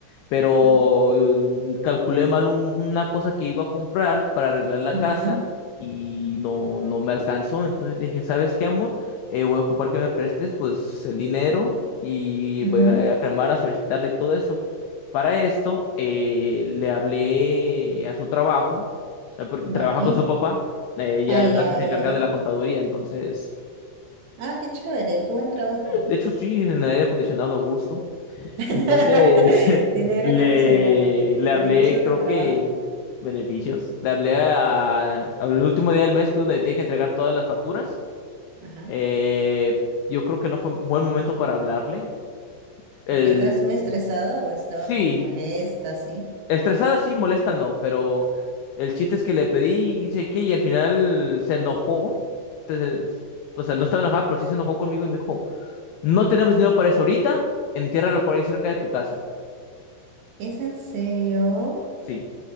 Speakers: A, on the left; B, on the right.
A: Pero
B: Ujú,
A: mm, calculé mal un- una cosa que iba a comprar para arreglar la
B: ujú,
A: casa y no, no me alcanzó. Entonces le dije, ¿sabes qué, amor? Eh, voy a ocupar que me prestes pues el dinero y
B: ujú.
A: voy a llamar a solicitarle todo eso. Para esto, eh, le hablé a su trabajo. eh, porque
B: Vale.
A: Trabaja con su papá. eh, Ella
B: Ah, ya,
A: es la que se
B: ya.
A: encarga de la contaduría, entonces...
B: Ah, qué chévere, qué buen trabajo.
A: De hecho, sí, en el aire acondicionado a gusto.
B: <laughs>
A: Entonces, <laughs>
B: Tiene aire
A: le,
B: acondicionado.
A: le
B: Beneficios
A: hablé, creo
B: del trabajo.
A: que beneficios. Le hablé a, al último día del mes, que es donde tiene que entregar todas las facturas.
B: Ajá.
A: Eh, yo creo que no fue un buen momento para hablarle. El,
B: Porque estás muy estresada o estaba
A: sí,
B: como molesta, ¿sí?
A: estresada sí, molesta no, pero el chiste es que le pedí, y sé qué, y al final se enojó. Entonces, o sea, no estaba enojada, pero sí se enojó conmigo y me dijo, no tenemos dinero para eso ahorita, entiérrala por ahí cerca de tu casa.
B: ¿Es en serio?
A: Sí,